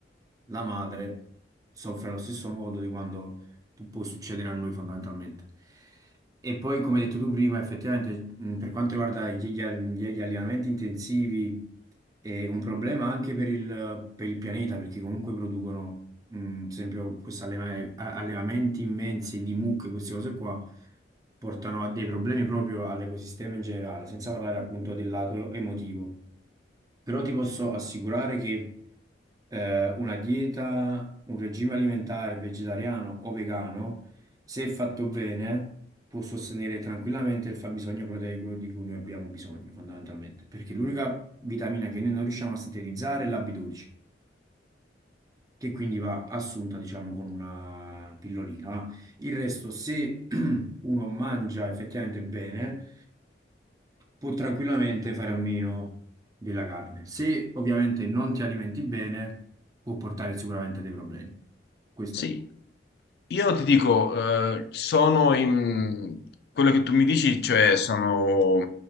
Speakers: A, on the right; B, on the left.
A: la madre soffre allo stesso modo di quando pu- può succedere a noi fondamentalmente. E poi, come hai detto tu prima, effettivamente, mh, per quanto riguarda gli, gli al- gli- gli allevamenti intensivi, è un problema anche per il, per il pianeta, perché comunque producono, mh, ad esempio, questi alleva- a- allevamenti immensi di mucche, queste cose qua, portano a dei problemi proprio all'ecosistema in generale, senza parlare appunto del lato emotivo però ti posso assicurare che eh, una dieta, un regime alimentare vegetariano o vegano, se fatto bene, può sostenere tranquillamente il fabbisogno proteico di cui noi abbiamo bisogno, fondamentalmente, perché l'unica vitamina che noi non riusciamo a sintetizzare è la B12 che quindi va assunta, diciamo, con una pillolina. Il resto, se <clears throat> uno mangia effettivamente bene, può tranquillamente fare a meno della carne. Se ovviamente non ti alimenti bene, può portare sicuramente a dei problemi. Questo
B: Sì,
A: è.
B: Io ti dico, eh, sono in quello che tu mi dici, cioè sono